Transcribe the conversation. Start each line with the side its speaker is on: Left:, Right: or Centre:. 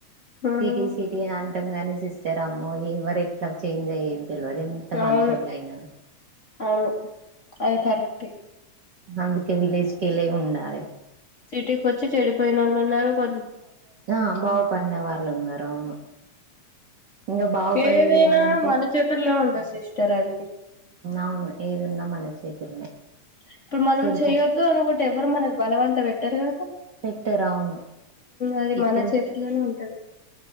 Left: ఉమ్
Right: సిటీ సిటీని అంటం గాని సిస్ ార అమ్మో ఎవరు ఎట్లా చేంజ్ అయ్యేది తెలివడి ఎంత మషుళ
Left: అవును
Right: అయినా
Left: అవును అది కరెక్టే
Right: అందుకే విలేజ్కల ఉండాలి
Left: సిటీ వచ్చి చె చిళపో నలనా కొ
Right: ఆ బాగు్ పడివ న్నారు అవును ఇంకా బాగుపడేది
Left: ఏదైనా
Right: అనింటే
Left: మన చేతుల్లో ఉంటది సిస్టర్ అది
Right: అవును ఏది ఉందా మన చేతులనే
Left: ఇప్పుడు మనం
Right: చెడిపో
Left: చెయొద్దు అనుకోంటటి ఎవరు మనకు బలం అంత పెట్టారుగా
Right: పెట్టారు అవును
Left: అది
Right: ఇప్పుడు
Left: మన చేతుల్లోనే ఉంటది